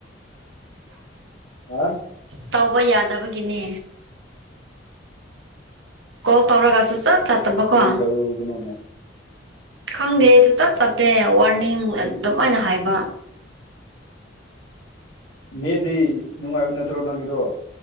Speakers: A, on the left (about 80°); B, on the right (about 85°).
A: ꯑꯥ
B: ꯇꯧꯕ ꯌꯥꯗꯕꯒꯤꯅꯦ ꯀꯣꯜ ꯇꯧꯔꯒ ꯁꯨꯡ ꯆꯠ ꯆꯠꯇꯕꯀꯣ
A: ꯀꯔꯤ ꯇꯧꯔꯨꯕꯅꯣꯅꯦ
B: ꯈꯪꯗꯦ ꯁꯨꯡꯆꯠ ꯆꯠꯇꯦ ꯋꯥꯔꯅꯤꯡ ꯑꯗꯨꯝꯥꯏꯅ ꯍꯥꯏꯕ
A: ꯅꯦꯗꯤ ꯅꯨꯡꯉꯥꯏꯕ ꯅꯠꯇ꯭ꯔꯣ ꯅꯪꯒꯤꯗꯣ